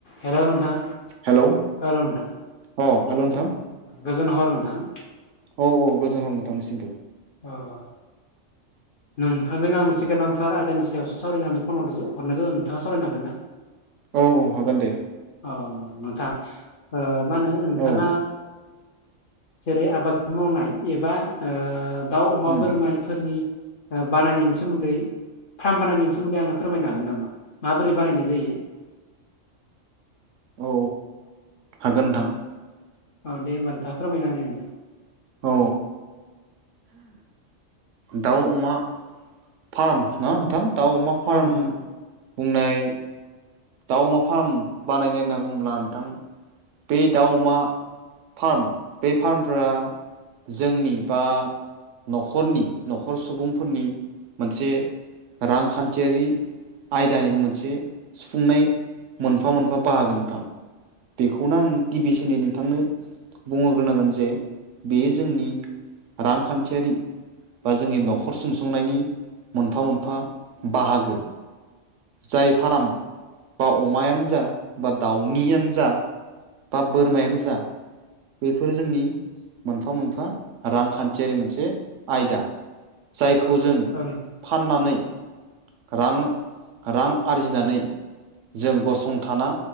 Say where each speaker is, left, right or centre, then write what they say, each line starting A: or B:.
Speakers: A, on the left (about 55°); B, on the right (about 75°).
A: हेल' नोंथां?
B: Hello
A: hello नोंथां
B: अ हेल' नोंथां
A: गोजोन हर नोंथां।
B: औ औ गोजोन हनोथांनिसिमबो।
A: अह। नोंथांजों आंहा मोनसे गोनांथार आयदानि सायावसो सावरायनानै फनाव हरनाय जादों नोंथाङा सावरायनो हागोन ना?
B: औ औ हागोन दे।
A: अ नोंथां मा होनो नोंथाङा
B: औ
A: जेरै आबाद मावनाय एबा दाउ अमा
B: उम
A: बोरमानि फोरनि बानायनायनि सोमोन्दै फार्म बानायनायनि सोमोन्दै आंनो फोरमायनो हागोन नामा माबोरै बानायनाय जायो?
B: औ हागोन नोंथां।
A: औ दे होमबा नोंथाङा फोरमायना होनाय आंनो।
B: औ। दाउ अमा फार्म ना नोंथां दाउ अमा फार्म
A: औ नोंथां
B: बुंनाय दाउ अमा फार्म बानायनाय होनना बुंङोब्ला नोंथां बे दाउ अमा फार्म बे फार्मफोरा जोंनि बा न'खरनि न'खर सुबुंफोरनि मोनसे रांखान्थियारि आयदानिबो मोनसे सुफुंनाय मोनफा मोनफा बाहागो नोंथां बेखौनो आं गिबिसिनै नोंथांनो बुंहोग्रोनांगोन जे बे जोंनि रांखान्थियारि बा जोंनि न'खर सुंसुंनायनि मोनफा मोनफा बाहागो। जाय फार्म बा अमायानो जा बा दाउनियानो जा बा बोरमायानो जा बेफोरो जोंनि मोनफा मोनफा रांखान्थियारि मोनसे आयदा जायखौ जों
A: औ नोंथां
B: फाननानै रां रां आरजिनानै जों गसंथाना